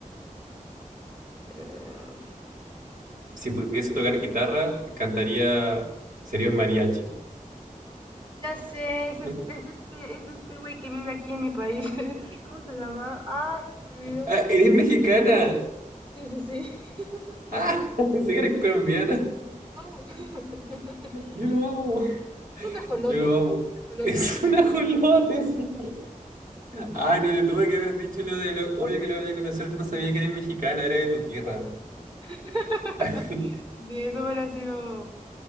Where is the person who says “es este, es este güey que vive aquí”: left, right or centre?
Right